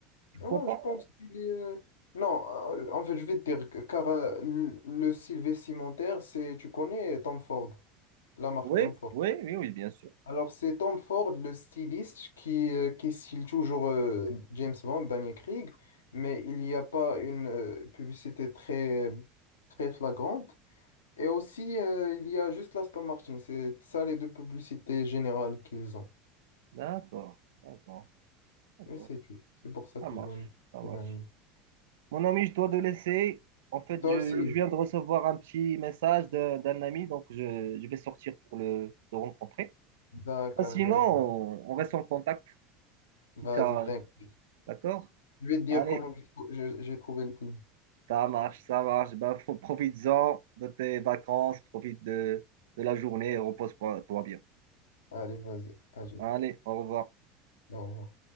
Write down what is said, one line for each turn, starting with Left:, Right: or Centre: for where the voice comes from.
Right: Tu
Left: Non,
Right: crois pas?
Left: je pense qu'il est... euh, Non, euh, en fait, je vais te dire, que- car euh, le le Sylvain Cimentaire, c'est, tu connais Tom Ford, la marque
Right: Oui,
Left: Tom Ford.
Right: oui, oui, oui, bien sûr.
Left: Alors, c'est Tom Ford, le styliste, qui, euh, qui style toujours euh, James Bond, Daniel Craig, mais il n'y a pas une euh, publicité très, très flagrante. Et aussi, euh, il y a juste l'Aston Martin, c'est ça les deux publicités générales qu'ils ont.
Right: D'accord, d'accord, d'accord.
Left: Mais c'est tout, c'est pour ça
Right: Ça
Left: que
Right: marche,
Left: je l'aime,
Right: ça
Left: c'est
Right: marche.
Left: Daniel.
Right: Mon ami, je dois te laisser. En fait,
Left: Toi
Right: je,
Left: aussi?
Right: je viens de recevoir un petit message d'un d'un ami, donc je, je vais sortir pour le, le rencontrer.
Left: D'accord,
Right: Ah, Sinon,
Left: vas-y.
Right: on, on reste en contact.
Left: Vas-y,
Right: Si tu as
Left: t'inquiète.
Right: D'accord?
Left: Je vais te dire
Right: Allez,
Left: comment j'ai trou- je- j'ai trouvé le film.
Right: ça marche, ça marche. Eh Ben, <laughs> faut- profites-en de tes vacances, profite de, de la journée et repose-toi bien.
Left: Allez, vas-y, ajoute.
Right: Allez, au revoir.
Left: Au revoir.